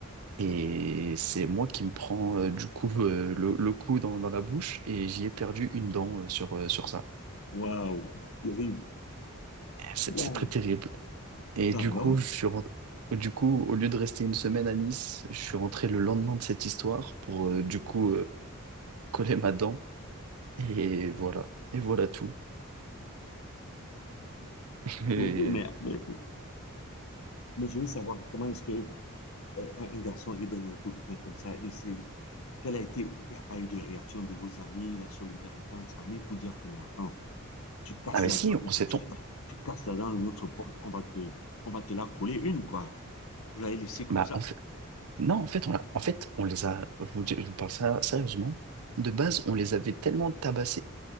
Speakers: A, on the right (about 90°); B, on the left (about 70°).
A: Et c'est moi qui me prends euh, du coup euh, le, le coup dans, dans la bouche et j'y ai perdu une dent euh, sur, euh, sur ça.
B: Waouh. Terrible.
A: C'est
B: Waouh.
A: c'est très terrible. Et
B: Ça
A: du
B: alors?
A: coup, je suis rent- du coup, au lieu de rester une semaine à Nice, je suis rentré le lendemain de cette histoire pour euh, du coup euh, coller ma dent. Et voilà. Et voilà tout. <laughs> Et-
B: Oui, oui, mais, mais, mais je veux savoir comment est-ce que euh, un un garçon il donne un coup de poing comme ça et c'est quelle a été, il n'y a pas eu de réaction de vos amis, la solidarité entre amis pour dire que mais attends, tu casses
A: Ah mais
B: la
A: si,
B: dent,
A: on s'est...
B: tu,
A: ton-
B: tu casses la dent de notre pote, on va te, on va te la coller une quoi. Vous l'avez laissé comme
A: Bah,
B: ça.
A: en fait... Non, en fait, on l'a- en fait, on les a... Je vous, dis- je vous parle ça sérieusement. De base,
B: Ouais,
A: on les avait tellement tabassés